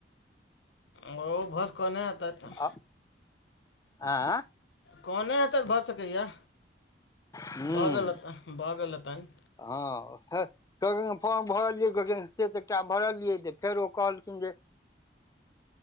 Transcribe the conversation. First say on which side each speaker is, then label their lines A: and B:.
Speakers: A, on the left (about 75°); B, on the left (about 20°).
A: ओ भस क नहि आता तऽ
B: आ आँ
A: कने हेतनि भऽ सकैएा
B: ह्म्म
A: भऽ गेल हेतनि, भऽ गेल हेतनि
B: हँ ह क फोर्न भरलियै क से त एकटा भरलियै तऽ फेर ओ कहलखिन जे